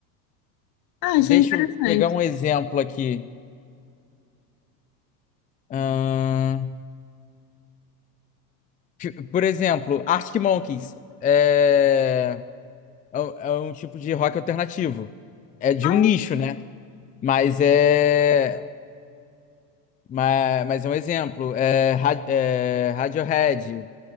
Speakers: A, on the left; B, on the left.
A: Ah,
B: deixa
A: achei interessante.
B: eu pegar um exemplo aqui. Ahn, ti- por exemplo, Arctic Monkeys é, é um é um tipo de rock alternativo. É de
A: Ah,
B: um nicho, né? Mas é Mas, mas é um exemplo. É, Ra- é, Radiohead,